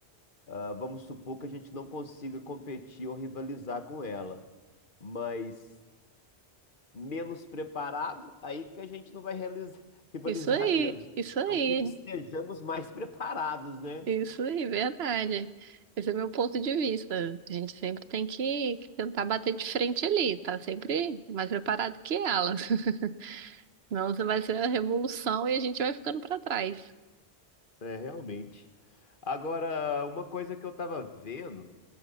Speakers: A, on the left; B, on the right.
A: ah, vamos supor que a gente não consiga competir ou rivalizar com ela. Mas menos preparado, aí que a gente não vai realiza- <laughs> rivalizar
B: Isso aí,
A: mesmo.
B: isso aí,
A: Então, que estejamos mais preparados, né?
B: isso aí, verdade. Esse é meu ponto de vista. A gente sempre tem que que tentar bater de frente ali, tá sempre mais preparado que elas. <laughs> Senão você vai ser a revolução e a gente vai ficando para trás.
A: É, realmente. Agora, uma coisa que eu estava vendo,